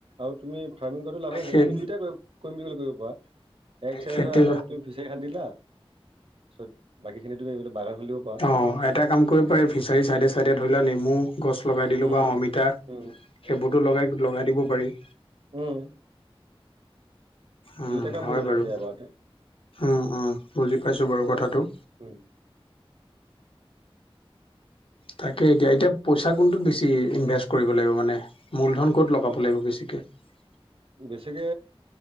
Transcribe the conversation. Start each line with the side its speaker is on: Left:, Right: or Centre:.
Right: আৰু তুমি ফাৰ্মিং <unintelligible> লাভ আছে
Left: সেই
Right: যে তুমি দুইটা কৰিম বুলি কৰিব পাৰা এক চাইডত
Left: খেতি
Right: ধৰা এটা তুমি ফিচাৰী খান্দিলা তাৰপিছত বাকী খিনি তুমি এইবিলাক বাগান খুলিব পাৰা
Left: অ', এটা কাম কৰিব পাৰি ফিচাৰিঙ চাইডে চাইডে ধৰি লোৱা নেমু গছ লগাই দিলোঁ
Right: উম
Left: বা অমিতা
Right: উম
Left: সেইবোৰটো লগাই- লগাই দিব পাৰি।
Right: উম
Left: উম,
Right: দুইটা কাম
Left: হয়
Right: হৈ যাব
Left: বাৰু
Right: তেতিয়া এবাৰতে
Left: অ', অ', বুজি পাইছো বাৰু কথাটো।
Right: উম।
Left: তাকে এতিয়া, এতিয়া পইচা কোনটোত বেছি ইনভেষ্ট কৰিব লাগিব মানে মূলধন ক'ত লগাব লাগিব বেছিকে? <unintelligible>
Right: বেছিকে